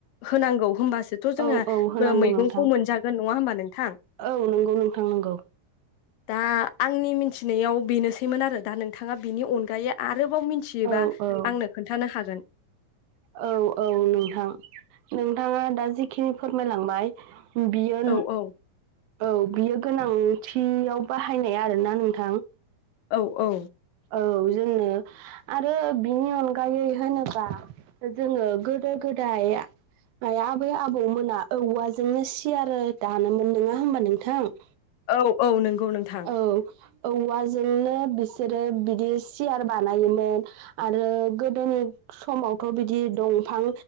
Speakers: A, on the left (about 80°); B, on the right (about 85°).
A: होनांगौ होनोमबासो थ'
B: औ
A: जोंहाबो
B: औ होनांगौ
A: मैगंखौ
B: नोंथां
A: मोनजागोन नङा होमबा नोंथां?
B: औ नंगौ नोंथां नंगौ
A: दा आंनि मिथिनायाव बेनोसैमोन आरो दा नोंथाङा बिनि अनगायै आ रोबाव मिथियोबा
B: औ औ
A: आंनो खोन्थानो हागोन।
B: औ औ नोंथां नोंथाङा दा जिखिनि फोरमायलांबाय उम बियो
A: औ
B: न
A: औ
B: औ बियो गोनांथियाव बाहायनाय आरोना नोंथां।
A: औ औ।
B: औ जोंनो आरो बिनि अनगायै होनोबा जोङो गोदो गोदाय आया आबै-आबौ मोना औवाजोंनो सिार दानोमोन नङा होमबा नोंथां।
A: औ औ नंगौ नोंथां।
B: औ औवाजोंनो बिसोरो बिदि सियार बानायोमोन। आरो गोदोनि समावथ' बिदि दंफां